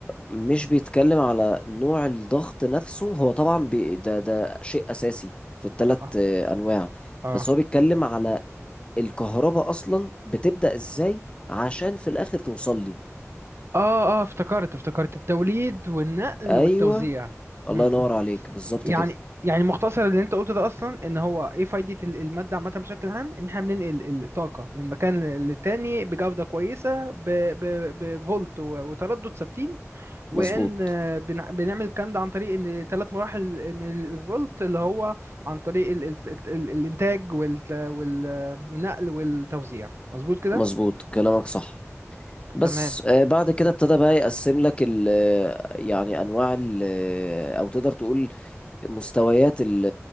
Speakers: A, on the left; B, on the right.
A: مش بيتكلم على نوع الضغط نفسه هو طبعا بي ده ده شيء اساسي في الثلاث
B: اه
A: انواع
B: اه
A: بس هو بيتكلم على الكهرباء اصلا بتبدأ ازاي عشان في الاخر توصل لي
B: اه اه افتكرت افتكرت التوليد والنقل
A: ايوه
B: والتوزيع م-
A: الله
B: م.
A: ينور عليك بالظبط
B: يعني
A: كده
B: يعني مختصر اللي انت قلته ده اصلا ان هو ايه فايدة ال- المادة عامة بشكل عام ان احنا بننقل ال- الطاقة من مكان للتاني بجودة كويسة ب- ب- بفولت و- وتردد ثابتين وان
A: مظبوط
B: آه، بنع- بنعمل الكلام ده عن طريق ان ثلاث مراحل من الفولت اللي هو عن طريق ال ال ال الانتاج وال وال- والنقل والتوزيع مظبوط كده
A: مظبوط كلامك صح بس
B: تمام
A: آه، بعد كده ابتدى بقى يقسم لك ال آه، يعني انواع ال آه، او تقدر تقول مستويات ال-